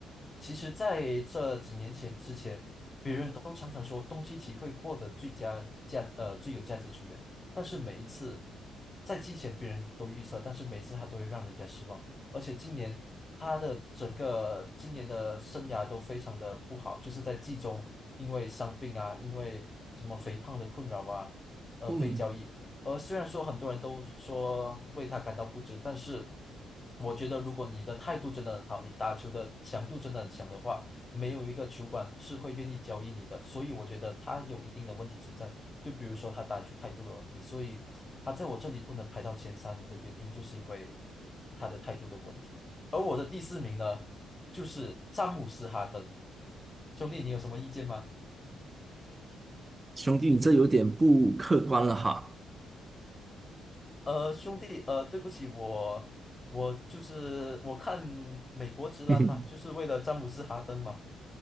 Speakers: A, on the left; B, on the right.
A: 其实在这几年前之前。都常常说东契奇会获得最佳价呃最有价值球员，但是每一次在季前别人都预测，但是每一次他都会让人家失望。而且今年他的整个今年的生涯都非常的不好，就是在季中因为伤病啊，因为什么肥胖的困扰啊，呃被交易。
B: 嗯，
A: 而虽然说很多人都说为他感到不值，但是我觉得如果你的态度真的很好，你打球的强度真的很强的话，没有一个球馆是会愿意交易你的，所以我觉得他有一定的问题存在，就比如说他打球态度的问题，所以他在我这里不能排到前三的原因，就是因为他的态度的问题。而我的第四名呢，就是詹姆斯·哈登，兄弟，你有什么意见吗？
B: 兄弟，你这有点不客观了哈。
A: 呃，兄弟，呃，对不起，我我就是我看美国直男嘛，
B: <laughs>
A: 就是为了詹姆斯哈登嘛，